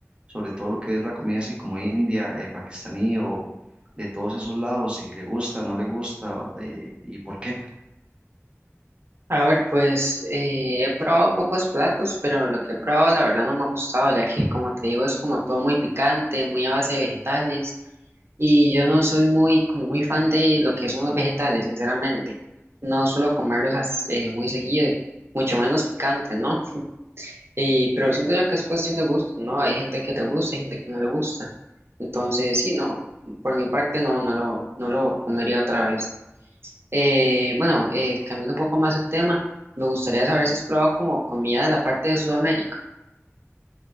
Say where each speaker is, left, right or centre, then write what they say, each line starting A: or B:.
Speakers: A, on the right (about 20°); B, on the right (about 55°).
A: sobre todo lo que es la comida así como india, eh, pakistaní o de todos esos lados, si le gusta, no le gusta eh, y por qué.
B: A ver, pues eh, he probado pocos platos, pero lo que he probado la verdad no me ha gustado, ya que como te digo es como todo muy picante, muy a base de vegetales y yo no soy muy como muy fan de lo que son los vegetales, sinceramente. No suelo comerlos as- eh, muy seguido, mucho menos picante, ¿no? Y, pero siento yo que es cuestión de gusto, ¿no? Hay gente que te gusta, hay gente que no le gusta. Entonces, sí, no, por mi parte no, no lo, no lo comería otra vez. Eh, bueno, eh, cambiando un poco más el tema, me gustaría saber si has probado como comida de la parte de Sudamérica.